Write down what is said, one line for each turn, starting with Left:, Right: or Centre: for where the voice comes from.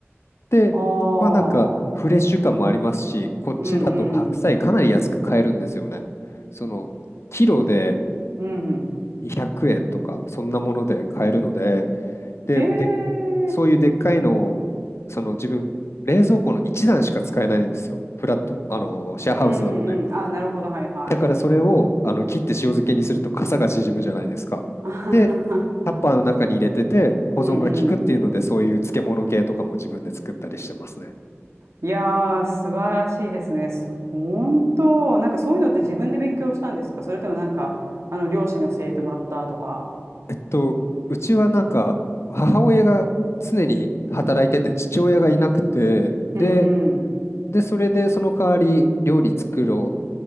Left: で、
Right: あ
Left: まあなんかフレッシュ感もありますし、
Right: あ。
Left: こっちだと白菜かなり安く買えるんですよね。
Right: うんうん。
Left: そのキロで
Right: うん。
Left: 200円とか、そんなもので買えるので、で、
Right: へえ。
Left: で、そういうでっかいのを、その自分、冷蔵庫の一段しか使えないんですよ。フラット、あの、シェアハウスなので。
Right: うんうん。あ、なるほど。はいはい。
Left: だからそれをあの切って塩漬けにすると傘が縮むじゃないですか。
Right: <laughs> あははは
Left: で、タッパーの中に入れてて、保存が効くっていうので、
Right: うんうん。
Left: そういう漬物系とかも自分で作ったりしてますね。
Right: いやー、素晴らしいですね。す本当、なんかそういうのって自分で勉強したんですかそれともなんか、あの、両親に教えてもらったとか。
Left: えっと、うちはなんか母親が常に働いてて父親がいなくてで、
Right: うんうん。
Left: でそれでその代わり料理作ろうっ